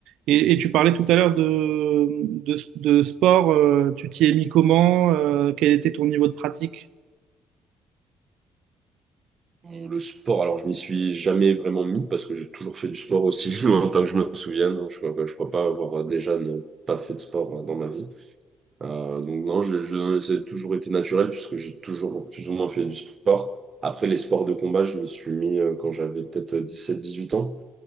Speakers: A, on the right (about 85°); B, on the right (about 40°).
A: et, et tu parlais tout à l'heure de, de, de sport, euh, tu t'y es mis comment, euh, quel était ton niveau de pratique?
B: Le sport, alors, je m'y suis jamais vraiment mis parce que j'ai toujours fait du sport aussi <laughs> longtemps que je me souvienne. Je ne crois, je crois pas avoir déjà ne pas fait de sport euh, dans ma vie. Euh, donc, non, je, je, ça a toujours été naturel puisque j'ai toujours plus ou moins fait du sport. Après, les sports de combat, je m'y suis mis euh, quand j'avais peut-être dix-sept, dix-huit ans.